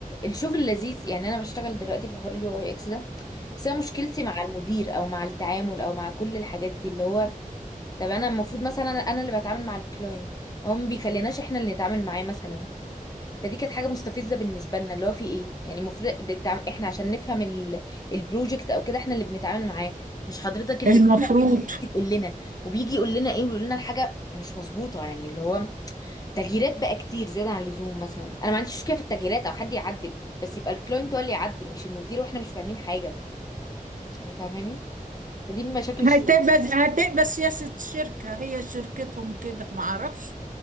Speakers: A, on the left; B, on the right.
A: الشغل لذيذ يعني انا بشتغل دلوقتي في حوار اليو اي اكس ده بس انا مشكلتي مع المدير او مع التعامل او مع كل الحاجات دي اللي هو طب انا المفروض مثلا انا أنا اللي بتعامل مع الكلاينت هو ما بيخليناش احنا اللي نتعامل معاه مثلا فدي كانت حاجه مستفزه بالنسبه لنا اللي هو في ايه يعني المفروض ده التع- احنا عشان نفهم ال... البروجكت او كده احنا اللي بنتعامل معاه مش حضرتك اللي
B: المفروض
A: تتعب بينا وتيجي تقول لنا وبيجي يقول لنا ايه ويقول لنا الحاجه مش مظبوطه يعني اللي هو تغييرات بقى كتير زياده عن اللزوم مثلا انا ما عنديش مشكله في التغييرات او حد يعدل بس يبقى الكلاينت هو اللي يعدل مش المدير واحنا مش فاهمين حاجه يعني فاهماني فدي من مشاكل الشغل
B: هتبقى هتبقى سياسة شركة هي شركتهم كده ما اعرفش